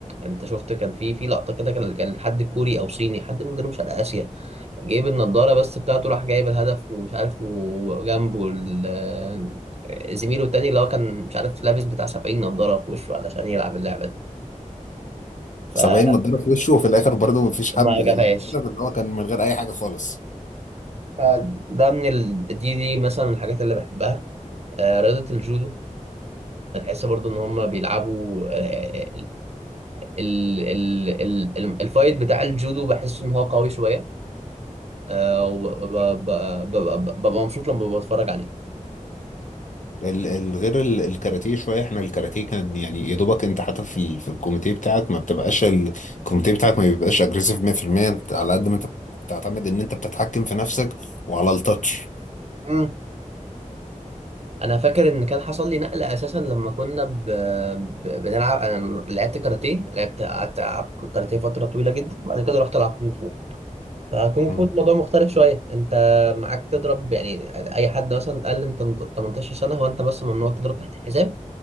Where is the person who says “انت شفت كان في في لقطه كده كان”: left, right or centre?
Right